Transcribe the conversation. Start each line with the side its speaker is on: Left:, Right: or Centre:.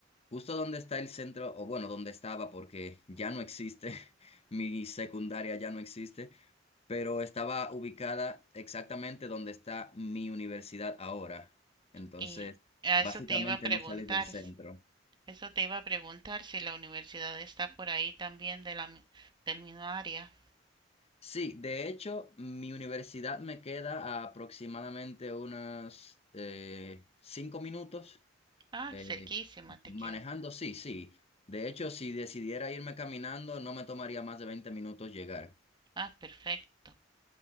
Left: Justo donde está el centro, o bueno, donde estaba, porque ya no existe, <laughs> mi secundaria ya no existe, pero estaba ubicada exactamente donde está mi universidad ahora. Entonces,
Right: Y a
Left: básicamente
Right: eso te iba a preguntar,
Left: no salí del centro.
Right: s- eso te iba a preguntar si la universidad está por ahí también de la, mi- del mismo área.
Left: Sí, de hecho, mi universidad me queda a aproximadamente unos eh, cinco minutos
Right: Ah,
Left: eh,
Right: cerquísima te
Left: manejando,
Right: queda.
Left: sí, sí. De hecho, si decidiera irme caminando, no me tomaría más de 20 minutos llegar.
Right: Ah, perfecto.